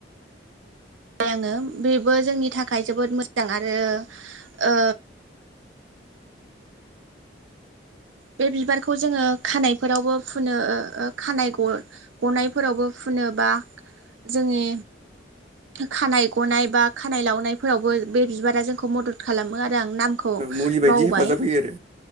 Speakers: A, on the right; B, on the right.
A: बाय आङो बेबो जोंनि थाखाय जोबोद मोजां आरो बे बिबारखौ जोङो खानायफोरावबो फुनो खानाय गनायफोरावबो फुनो बा जोंनि खानाय गनाय बा खानाय लावनायफोरावबो बे बिबारा जोंखौ मदद खालामो आरो आं नामखौ
B: मुलि बायदि
A: बावबाय
B: हेफाजाब होयो आरो